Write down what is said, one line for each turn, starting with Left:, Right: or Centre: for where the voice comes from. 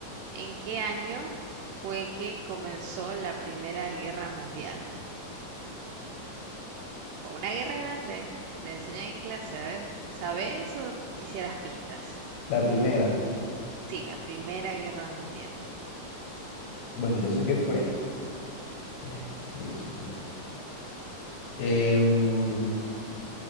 Right: ¿En qué año fue que comenzó la Primera Guerra Mundial? Fue una guerra grande. Le enseñan en clase, a ver. ¿Sabes o quisieras pistas?
Left: La primera.
Right: Sí, la Primera Guerra Mundial.
Left: Bueno, yo sé que fue. Ay, Dios mío. Em,